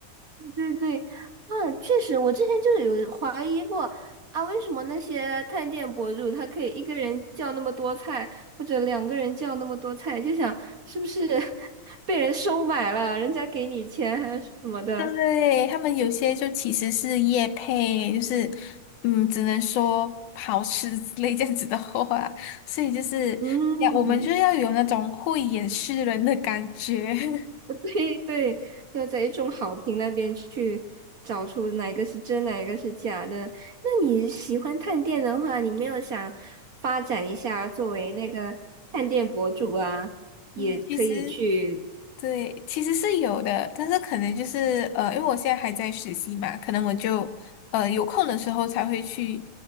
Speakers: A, on the right; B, on the left.
A: 对对啊，确实，我之前就有怀疑过啊，为什么那些探店博主他可以一个人叫那么多菜，或者两个人叫那么多菜，就想是不是 <laughs> 被人收买了，人家给你钱还是什么的，
B: 对，他们有些就其实是业配，就是嗯，只能说好吃之类这样子的话，所以就是要我们就要有那种慧眼识人的感觉。
A: 嗯
B: <laughs>
A: <laughs> 对对，要在一众好评那边去找出哪个是真，哪个是假的。那你喜欢探店的话，你没有想发展一下作为那个探店博主啊，也可以去
B: 嗯，其实对，其实是有的，但是可能就是呃，因为我现在还在实习嘛，可能我就呃有空的时候才会去